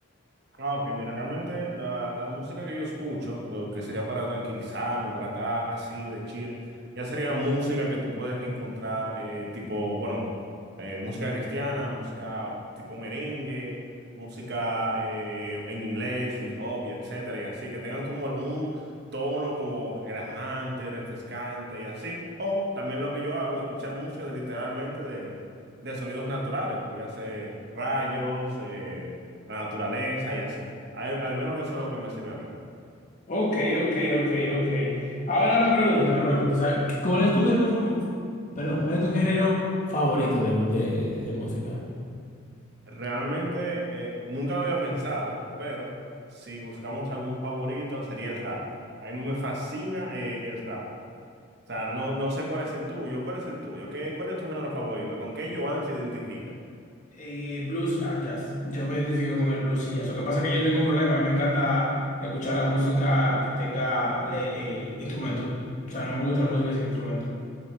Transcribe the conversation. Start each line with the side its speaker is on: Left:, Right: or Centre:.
Right: Ah, ok, mira, realmente la, la música que yo escucho, lo que sería para tranquilizarme, para estar así de chill, ya sería música que tú puedes encontrar, eh, tipo, bueno, eh, música cristiana, música tipo merengue, música eh, en inglés, hip hop y etcétera, y así, que tengan como algún tono como relajante, refrescante y así. O también lo que yo hago, escuchar música de, literalmente de, de sonidos naturales, dígase rayos, eh, la naturaleza y así. Al, al menos eso es lo que me sirve a mí.
Left: Ok, ok, ok, ok. Ahora una pregunta, una pregunta. O sea, ¿cuál es tu género famo- Perdón, ¿cuál es tu género favorito de, de de música?
Right: Realmente eh, nunca lo había pensado, pero si buscamos algún favorito sería el rap. A mí me fascina eh, el rap. O sea, no, no sé cuál es el tuyo, cuál es el tuyo, ¿Qué, cuál es tu género favorito, con qué Joan se identifica.
Left: Y blues and jazz. Yo me identifico con el blues y jazz. Lo que pasa es que yo tengo un problema. A mí me encanta escuchar la música que tenga le- eh, instrumento. O sea, no me gusta la música sin instrumento.